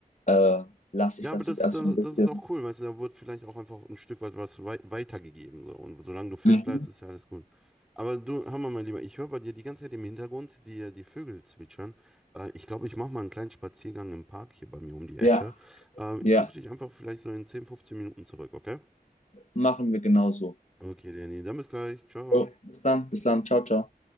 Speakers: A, on the left (about 50°); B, in the centre.
A: äh, lasse
B: Ja,
A: ich das
B: aber das
A: jetzt erstmal
B: ist dann,
A: ein bisschen.
B: das ist auch cool, weißt du, da wird vielleicht auch einfach ein Stück weit was wei weitergegeben. So. Und solange du fit
A: Mhm.
B: bleibst, ist ja alles gut. Aber du, hör mal, mein Lieber, ich höre bei dir die ganze Zeit im Hintergrund die, die Vögel zwitschern. Äh, ich glaube, ich mache mal einen kleinen Spaziergang im Park hier bei mir um die Ecke.
A: Ja,
B: Äh,
A: ja,
B: ich rufe dich einfach vielleicht so in 10, 15 Minuten zurück, okay?
A: machen wir genauso.
B: Okay, Danny, dann bis gleich. Ciao.
A: Jo, bis dann, bis dann, ciao, ciao.